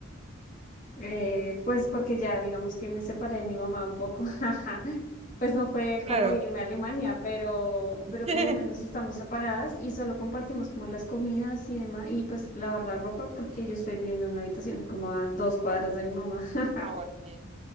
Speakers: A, on the left (about 40°); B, on the right (about 30°).
A: Eh, pues porque ya digamos que me separé de mi mamá un poco, <laughs> pues no fue
B: claro.
A: como irme a Alemania, pero,
B: <laughs>
A: pero por lo menos estamos separadas y solo compartimos como las comidas y demás, y pues lavar la ropa porque yo estoy viviendo en una habitación como a dos cuadras de mi mamá, <laughs>
B: Ah, bueno, bien.